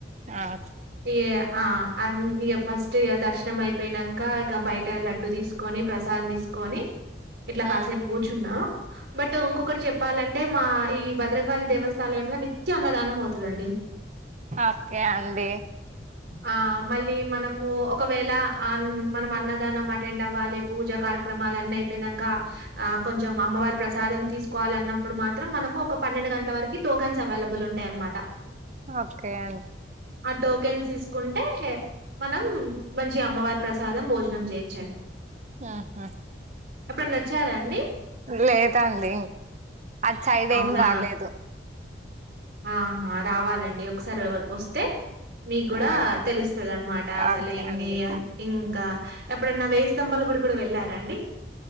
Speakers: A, on the right; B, on the right.
A: ఆ
B: ఇక ఫస్ట్ ఇ దర్శనం అయిపోయినానంక ఇక బయట లడ్డు తీసుకొని ప్రసాద్ తీసుకొని ఇట్లా కాసేపు
A: ఆ
B: కూర్చున్నా బట్ ఇంకొకటి చెప్పాలంటే మా ఈ భద్రకాళి దేవస్థాలయంలో నిత్య అన్నదానం అవుతుందండి
A: ఓకే అండి
B: ఆ మళ్ళీ మన ఒకవేళ మనం అన్నదానం అటెండ్ అవ్వాలి పూజా కార్యక్రమాలు అన్ని అయిపోయినాం ఆ కొంచం అమ్మవారి ప్రసాదం తీసుకోవాల అన్నప్పుడు మాత్రం మనకు ఒక పన్నెండు గంటల వరకు టోకన్స్ అవైలబుల్ ఉంటాయ అన్నమాట
A: ఓకే అండి
B: ఆ టోకెన్స్ తీసుకుంటే మనం మంచి అమ్మవారి ప్రసాదం భోజనం చేయు
A: ఆహా
B: ఎప్పుడన్న వచ్చారా అండి
A: లేదండి ఆది సైడ్
B: అవునా
A: ఏమి రాలేదు
B: ఆహా రావాలండి ఒకసారి వ అతే మీకు కూడా
A: ఆ
B: తెలుస్తుంది అనమాట అసలు
A: ఓకే
B: ఇ
A: అండి
B: ఇంకా ఎప్పుడన్నా వేయి స్తంభాల గుడి కూడా వెళ్ళారా అండి